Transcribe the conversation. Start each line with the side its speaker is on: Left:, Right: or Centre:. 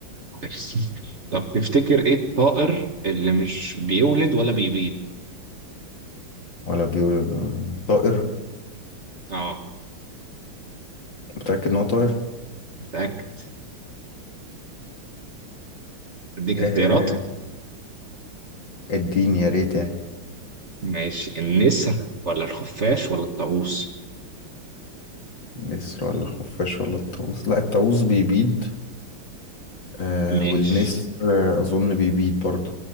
Right: <laughs> طب تفتكر ايه الطائر اللي مش بيولد ولا بيبيض
Left: ولا بيقولوا ده طائر
Right: اه
Left: متأكد إن هو طاهر؟
Right: متأكد اديك
Left: آه
Right: اختيارات
Left: الدين يا ريت يعني
Right: ماشي النسر ولا الخفاش ولا الطاووس
Left: النسر ولا خفاش ولا الطاووس لا الطاووس بيبيض آه
Right: ماشي
Left: والنسر آه، أظن بيبيض برضه